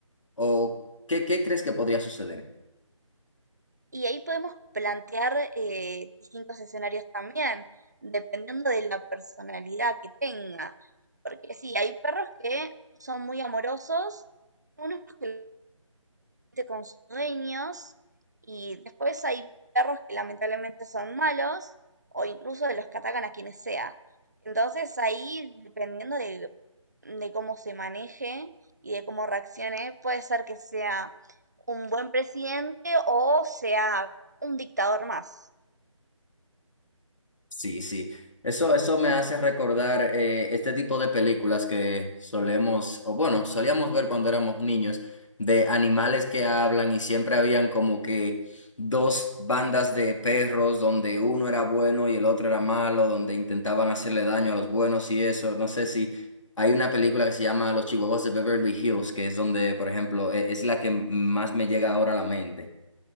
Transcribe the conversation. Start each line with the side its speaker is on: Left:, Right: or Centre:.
Left: ¿O qué, qué crees que podría suceder?
Right: Y ahí podemos plantear eh, distintos escenarios también, dependiendo de la personalidad que tenga. Porque sí, hay perros que son muy amorosos, unos que con sus dueños y después hay perros que lamentablemente son malos o incluso de los que atacan a quienes sea. Entonces ahí, dependiendo de, de cómo se maneje y de cómo reaccione, puede ser que sea un buen presidente o sea un dictador más.
Left: Sí, sí. Eso, eso me hace recordar eh, este tipo de películas que solemos, o bueno, solíamos ver cuando éramos niños, de animales que hablan y siempre habían como que dos bandas de perros donde uno era bueno y el otro era malo, donde intentaban hacerle daño a los buenos y eso. No sé si hay una película que se llama Los Chihuahuas de Beverly Hills, que es donde, por ejemplo, e- es la que más me llega ahora a la mente.